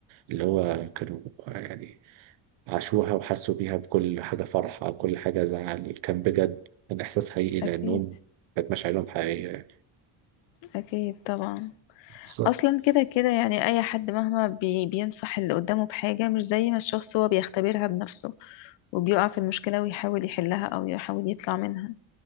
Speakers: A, on the right; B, on the left.
A: اللي هو كانوا يعني عاشوها وحسوا بيها بكل حاجة فرح أو كل حاجة زعل كان بجد كان إحساس حقيقي لأنهم
B: أكيد
A: كانت مشاعرهم حقيقية يعني.
B: أكيد طبعا
A: بالظبط
B: أصلا كده كده يعني أي حد مهما بي بينصح اللي قدامه بحاجة مش زي ما الشخص هو بيختبرها بنفسه وبيقع في المشكلة ويحاول يحلها أو يحاول يطلع منها